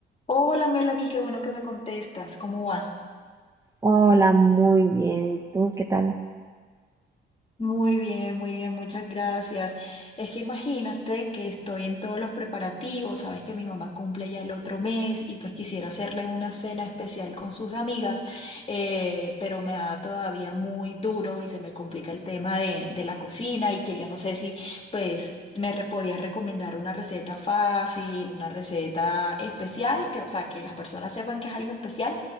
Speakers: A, on the left; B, on the right.
A: Hola Melanie, qué bueno que me contestas. ¿Cómo vas?
B: Hola, muy bien. ¿Y tú qué tal?
A: Muy bien, muy bien, muchas gracias. Es que imagínate que estoy en todos los preparativos, sabes que mi mamá cumple ya el otro mes y pues quisiera hacerle una cena especial con sus amigas, eh, pero me da todavía muy duro y se me complica el tema de, de la cocina y quería, no sé si pues me re- podías recomendar una receta fácil, una receta especial, que o sea, que las personas sepan que es algo especial,